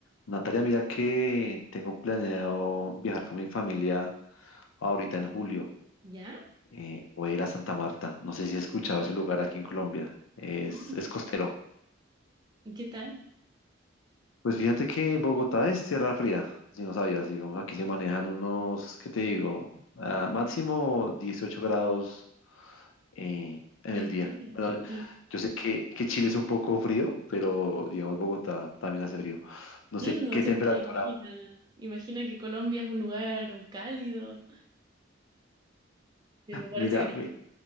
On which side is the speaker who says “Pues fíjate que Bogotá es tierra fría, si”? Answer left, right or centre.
Left